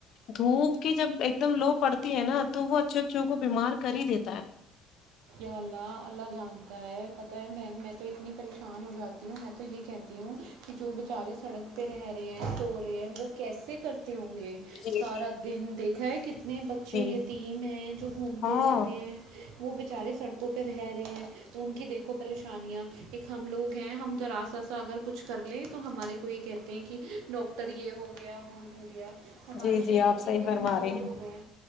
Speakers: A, on the left; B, on the right.
A: دھوپ کی جب ایک دم لو پڑتی ہے نا تو وہ اچھے اچھوں کو بیمار کر ہی دیتا ہے
B: اللہ اللہ جانتا ہے پتہ ہے میں میں تو اتنی پریشان ہو جاتی ہوں میں تو یہ کہتی ہوں کہ جو بیچارے سڑک پہ رہ رہے ہیں تو رہے ہیں وہ کیسے کر ہوں گے
A: جی
B: سارا
A: جی جی
B: دن دیکھا ہے کتنے بچے یتیم
A: جی
B: ہیں جو گھومتے
A: ہاں
B: رہتے ہیں <unintelligible> بچارے سڑکوں پہ رہ رہے ہیں ان کی دیکھو پریشانیاں ایک ہم لوگ ہیں ہم ذرا سا سا اگر کچھ کر لیں تو ہمارے کو یہ کہتے ہیں کہ ڈاکٹر یہ ہو گیا ہو گیا ہمارے
A: جی جی
B: شریر
A: آپ صحیح
B: کتنے
A: فرما
B: کمزور
A: رہے ہیں
B: ہو گئے